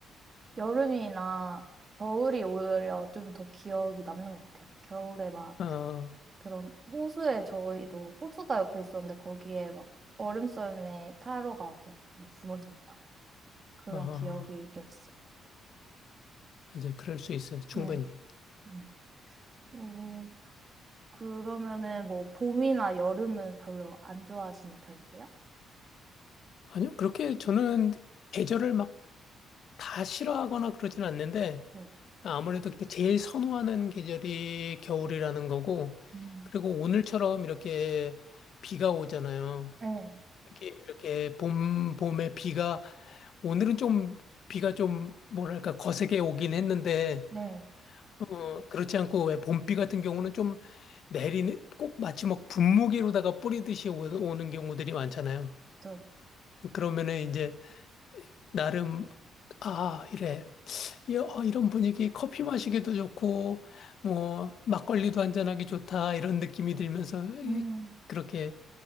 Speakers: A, on the right; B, on the left.
A: 여름이나 겨울이 오히려 좀 더 기억이 남는 것 같아요. 겨울에 막
B: 어,
A: 그런 호수에 저희도 호수가 옆에 있었는데 거기에 막 얼음썰매 타러 가고 뭐 부모님이랑 그런
B: 어,
A: 기억이 좀 있어요.
B: 이제 그럴 수 있어요. 충분히.
A: 네. 음. 어, 그러면은 뭐 봄이나 여름은 별로 안 좋아하시는 편이세요?
B: 아니요, 그렇게 저는 계절을 막 다 싫어하거나 그러진 않는데
A: 네.
B: 아무래도 그 제일 선호하는 계절이 겨울이라는 거고
A: 음.
B: 그리고 오늘처럼 이렇게 비가 오잖아요.
A: 네.
B: 이게 이렇게 봄, 봄에 비가, 오늘은 좀 비가 좀 뭐랄까 거세게 오긴 했는데,
A: 네.
B: 어, 그렇지 않고 왜 봄비 같은 경우는 좀 내리는, 꼭 마치 막 분무기로다가 뿌리듯이 오- 오는 경우들이 많잖아요.
A: 저,
B: 그러면은 이제 나름, 아, 이래. 이- 어, 이런 분위기 커피 마시기도 좋고, 뭐, 막걸리도 한잔하기 좋다, 이런 느낌이 들면서 이-
A: 음,
B: 그렇게